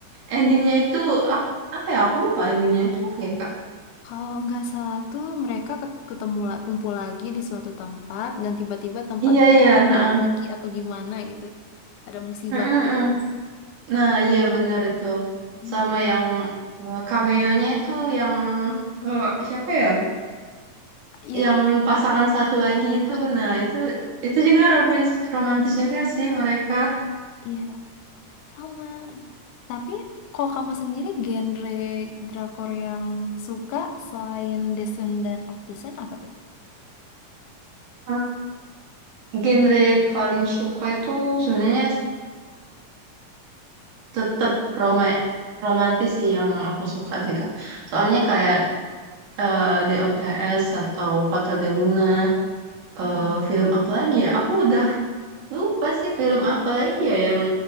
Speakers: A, on the right (about 75°); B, on the left (about 80°).
A: Endingnya itu ap- apa ya aku lupa endingnya itu apa ya Kak?
B: Kalau nggak salah tuh mereka ket- ketemu la- kumpul lagi di suatu tempat dan tiba-tiba tempatnya
A: Iya iya.
B: tempat
A: heeh.
B: lagi atau gimana gitu. Ada musibah.
A: Mm-mm-mm. Nah iya benar itu
B: Hmm,
A: sama yang eh, cameo-nya itu yang eh, siapa ya?
B: Ya,
A: Yang pasangan satu lagi itu.
B: mm-mm.
A: Nah itu itu juga romans romantis juga sih mereka.
B: iya sama. Tapi kalau kamu sendiri genre drakor yang suka selain Descendant of the Sun apa tuh?
A: Hmm, Genre paling suka itu sebenarnya tetap roma romantis sih yang aku suka sih Kak. Soalnya kayak eh, DOTS atau Fatal de Luna, eh,
B: Mm-mm.
A: film apa lagi ya? Aku udah lupa sih film apa lagi ya yang